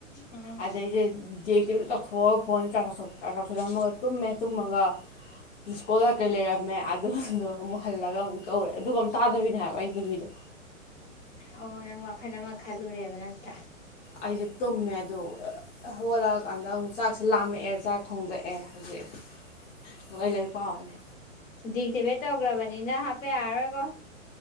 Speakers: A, on the left (about 70°); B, on the left (about 55°).
A: ꯎꯝ
B: ꯑꯗꯩꯖꯦ ꯗꯤꯑꯦꯛꯇꯤꯚꯦꯠ ꯇꯧꯊꯣꯛꯑ ꯐꯣꯟꯁꯦ ꯆꯥꯔ꯭ꯁ ꯇꯧꯁꯜ ꯆꯥꯔ꯭ꯁ ꯇꯧꯁꯜꯂꯝꯃꯒ ꯇꯨꯝꯃꯦ ꯇꯨꯝꯃꯒ ꯃꯤꯁꯀꯣꯜ ꯀꯀꯩ ꯂꯩꯔꯝꯃꯦ ꯑꯗꯨꯗꯣ ꯑꯃꯨꯛ ꯍꯜꯂꯒ ꯑꯃꯨꯛ ꯇꯧꯔꯦ ꯑꯗꯨꯒ ꯑꯝ ꯇꯥꯗꯕꯤꯅꯦ ꯍꯥꯏꯕ ꯑꯩꯅ ꯇꯨꯝꯃꯤꯗꯣ
A: ꯑꯣ ꯅꯪ ꯋꯥꯈꯜ ꯑꯃ ꯈꯜꯂꯨꯔꯦꯕ ꯅꯠꯇ꯭ꯔꯥ
B: ꯑꯩꯖꯦ ꯇꯨꯝꯃꯦ ꯑꯗꯨꯑ ꯍꯧꯒꯠꯂꯛꯑꯀꯥꯟꯗ ꯑꯃꯨꯛ ꯆꯥꯛꯁꯦ ꯂꯥꯝꯃꯛꯑꯦ ꯆꯥꯛ ꯊꯣꯡꯗꯣꯛꯑꯦ ꯍꯧꯖꯤꯛ ꯑꯗꯨꯒ ꯑꯩ ꯂꯩꯔꯤꯛ ꯄꯥꯎꯔꯅꯤ
A: ꯗꯤꯑꯦꯛꯇꯤꯕꯦꯠ ꯇꯧꯒ꯭ꯔꯕꯅꯤꯅ ꯍꯥꯞꯄ ꯌꯥꯔꯣꯏꯀꯣ